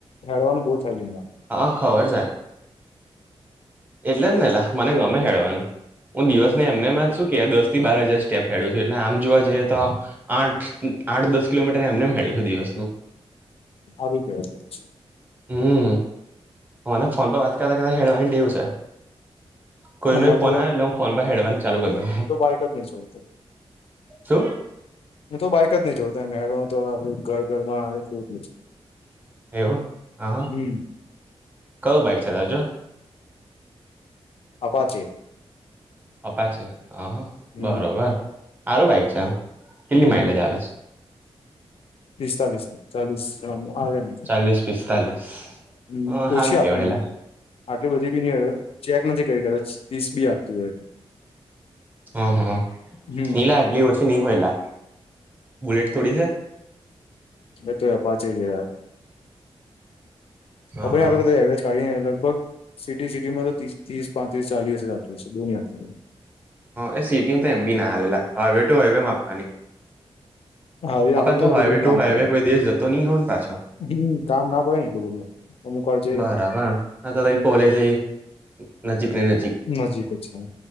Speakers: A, on the left; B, on the right.
A: હવાનું બહ થય.
B: હા ખબર છે એટલે જ ને લ મને ગમે હેડવાનું. હું દિવસ ને એમને માં શું કે આ દસ થી બાર હજાર સ્ટેપ ખેડું છું એટલે આમ જોવા જઈએ તો. આઠ આઠ દસ કિલોમીટર એમને ખડું છું દિવસનું
A: આવી કવા છે.
B: હમ મને ફોન પર વાત કરતા કરતા હેળવા દેવું છે. કોઈ
A: આમાં
B: ન ફોન
A: તો
B: આવે એટલે હું ફોન પર હેડવાની ચાલુ કરી દઉ.
A: તો બાઈક જ નહી છોડતો
B: શું
A: હું તો બાઈક જ નહી જોડતો મેળવાનું તો આપ ઘર ઘર માં એલું એટલું છે.
B: હેવું હા હ
A: હમ
B: કયું બાઇક છે દાજો.
A: અચે
B: અપા છે હ હ
A: હમ
B: બરોબર સારું બાઈક છે કેટલી
A: હમ
B: માઇલેજ આવેલે છે.
A: પિસ્તાલીસ ચાલીસ આવે. તો.
B: ચાલીસ પિસ્તાલીસ
A: હમ
B: સારું
A: ઓછી આપે
B: કેવાયલા.
A: એમ આટલી બધી બી ન હય ચેક નથી કરી કદાચ ત્રીસ બી આપતું હોય.
B: હમ
A: હમ
B: હ ઈલા એટલી ઓછી નઈ હોયલા બુલેટ થોડી છે.
A: એ તો યાર પાચે છે યાર
B: હા
A: હાઈ આપડે બધા લગભગ સિટી સિટીમાં તો ત્રીસ પાંત્રીસ ચાલીસ જતોુંશે દો.
B: એ સિટી તો એમ બી ના હાલા હવે ટુ હવે એમ આપવાની.
A: <inaudible> હા, એ આપડે
B: આપણ
A: ક્યાં
B: તું
A: એટલું
B: હાઈવે
A: બધું
B: ટુ
A: કામ
B: હાઈવે
A: પડે
B: કોઈ દેશ જતો નહી હો ને પાછો
A: હમ કામ ના પડે ને એટલું બધું. અમુક વાર જે
B: બરાબર કોલે છે નજીકની ન
A: નજીક છે